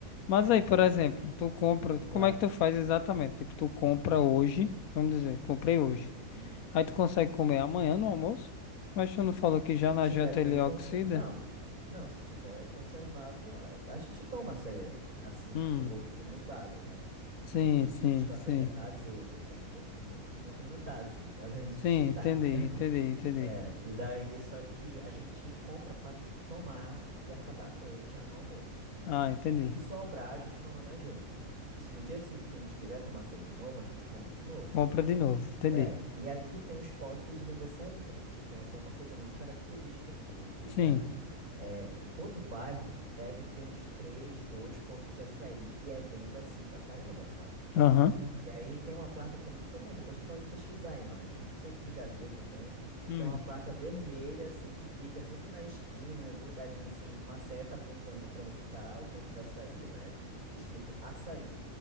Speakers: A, on the left (about 80°); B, on the right (about 80°).
A: Mas
B: Aqui,
A: aí, por exemplo, tu compra.
B: diga
A: Como
B: lá.
A: é que tu faz exatamente? Tipo, tu compra hoje. Vamos dizer, comprei hoje.
B: Uhum.
A: Aí tu consegue comer amanhã no almoço. Mas tu não falou que já
B: Se
A: na
B: tiver
A: janta
B: bem
A: ele
B: cons...
A: oxida?
B: Não, não, se tiver conservado, a, a gente toma açaí, assim,
A: Hum.
B: com gosto mudado, né?
A: Sim,
B: Que a gente
A: sim,
B: diz que
A: sim.
B: o açaí já tá azedo quando o gosto muda. Mas aí não tá azedo, mas a gente
A: Sim,
B: diz que tá.
A: entendi, entendi, entendi.
B: É, e daí, só que a gente compra pra tomar e acabar com ele já no almoço.
A: Ah, entendi.
B: E se sobrar, a gente toma na janta. E se no dia seguinte a gente quiser tomar açaí de novo, a gente compra de novo.
A: Compra de novo, entendi.
B: É, e aqui tem os postos de vende açaí. A gente tem até uma coisa muito característica, que fica.
A: Sim.
B: é, em todo bairro deve ter uns três, dois pontos de açaí e é venda assim pra caramba, sabe?
A: Aham.
B: E aí tem uma placa que é muito comum, depois tu pode pesquisar a imagem. Não sei se tu já viu também,
A: Hum.
B: que é uma placa vermelha, assim, que fica sempre na esquina, em algum lugar, dizendo assim, uma seta apontando pra onde tá o ponto do açaí, né? Escrito açaí.